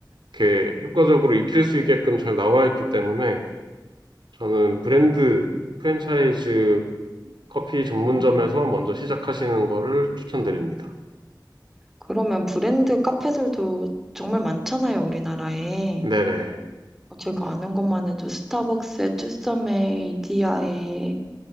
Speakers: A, on the right; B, in the centre.
A: 이렇게 효과적으로 익힐 수 있게끔 잘 나와 있기 때문에 저는 브랜드 프랜차이즈 커피 전문점에서
B: 음,
A: 먼저 시작하시는 거를 추천드립니다.
B: 그러면 브랜드 카페들도 정말 많잖아요, 우리나라에.
A: 네네.
B: 제가 아는 것만 해도 스타벅스에, 투썸에, 이디야에